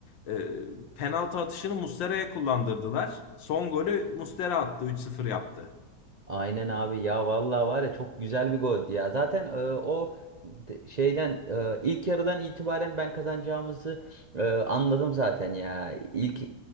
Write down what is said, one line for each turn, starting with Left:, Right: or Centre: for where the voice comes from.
Left: Ee, penaltı atışını Muslera'ya kullandırdılar. Son golü Muslera attı. Üç sıfır yaptı.
Right: Aynen abi ya vallahi var ya çok güzel bir goldü ya. Zaten e, o de- şeyden e, ilk yarıdan itibaren ben kazanacağımızı e, anladım zaten ya. İlk